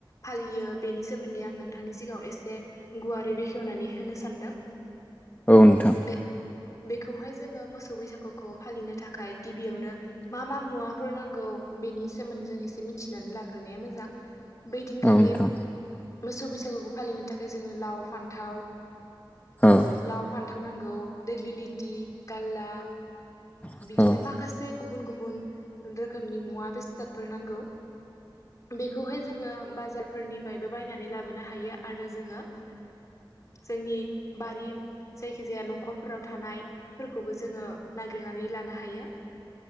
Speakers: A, on the left; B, on the left.
A: फालियो, बेनि सोमोन्दै सोमोन्दै आं नोंथांनि सिगाङाव एसे गुवारै बेखेवनानै होनो सानदों।
B: औ नोंथां।
A: बे बेखौहाय जोङो मोसौ बैसागुखौ फालिनो थाखाय गिबियावनो मा मा मुवाफोर नांगौ बेनि सोमोन्दै जों एसे मिथिनानै लाग्रोनाया मोजां। बै दिनखालि
B: औ नोंथां
A: मोसौ बैसागुखौ फालिनो थाखाय जोंनो लाव फान्थाव
B: औ नोंथां
A: लाव फान्थाव नांगौ। देग्लिलि दि खाल्ला
B: औ
A: बिदिनो मासे गुबुन-गुबुन रोखोमनि मुवा- बेसादफोर नांगौ बेखौहाय जोङो बाजारफोरनिफ्रायबो बायनानै लाबोनो हायो आरो जोङो जोंनि बारि जायखि जाया न'खरफोराव थानायफोरखौबो जोङो नागिरनानै लानो हायो।